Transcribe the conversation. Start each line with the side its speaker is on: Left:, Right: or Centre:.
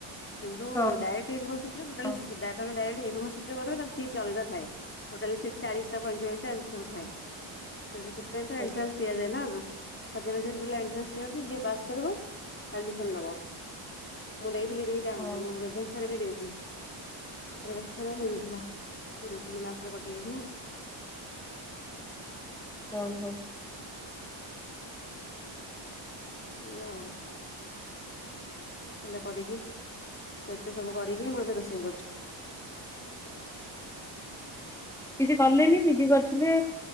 Left: କିନ୍ତୁ
Centre: ହଁ
Left: ଡ଼ାଇରେକ୍ଟ ୟୁିନିଭରସିଟି ରେ ଟୋଟାଲି
Centre: ହଁ
Left: ସି ତମେ ଡାଇରେକ୍ଟ ୟୁନିଭରସିଟି ରେ କରିବା ତାର ସିଟ୍ ଅଲଗା ଥାଏ ଟୋଟାଲ ସିଟ ଚାଳିଶ ଟା ପଇଁଚାଳିଶ ଟା ଏମିତି ସବୁ ଥାଏ ସେଥିରେ ସେଥିରେ ଏଣ୍ଟ୍ରାନ୍ସ
Centre: ଓକେ
Left: ଦିଆଯାଏ ନା ହଯାର ହଯାର ସବୁ ପିଲା ଏଣ୍ଟ୍ରାନସ୍ ଦିଅନ୍ତି ଯିଏ ପାସ କରିବ ଆଡମିଶନ୍ ନବ ମୁଁ ଦେଇ ଥିଲି ଦିଟାଙ୍କରେ
Centre: ହଁ
Left: ମୁଁ ରେଭେନ୍ସା ରେ ବି ଦେଇଥିଲି ରେଭେନ୍ସା ରେ ହେଇନଥିଲା। ଦୁଇ ତିନି ମାର୍କରେ କଟିଯାଇଥିଲା।
Centre: ଓହୋ।
Left: ଏଇଆଉ। ଏରା କରିକି ସେବେ ସବୁ କରିକି ମୁଁ ଏବେ ରୋଷେଇ କରୁଛି।
Centre: କିଛି କଲେନି ପିଜି କରିଥିଲେ